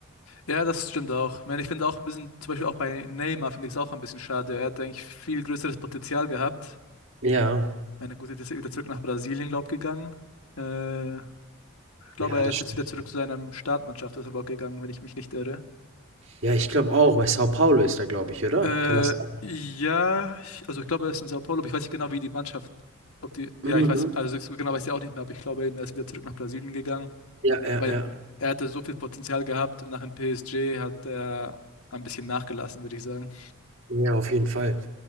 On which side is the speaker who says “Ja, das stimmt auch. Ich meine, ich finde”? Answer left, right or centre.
Left